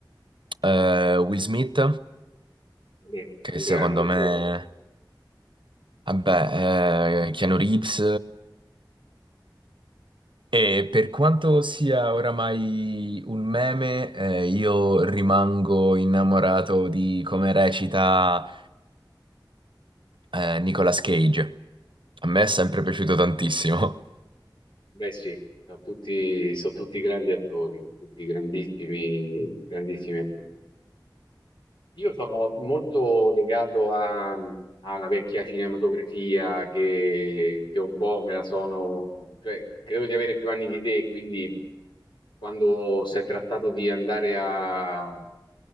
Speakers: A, on the right; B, on the left.
A: eh, Will Smith.
B: Beh,
A: che
B: un
A: secondo
B: grande,
A: me,
B: certo.
A: vabbè, eh, Keanu Reeves. E per quanto sia oramai un meme, eh, io rimango innamorato di come recita, eh, Nicolas Cage. A me è sempre piaciuto tantissimo.
B: Beh, sì, sono tutti, sono tutti grandi attori, tutti grandissimi, grandissimi attori. Io sono molto legato a- alla vecchia cinematografia che, che un po' me la sono, cioè credo di avere più anni di te, quindi quando si è trattato di andare a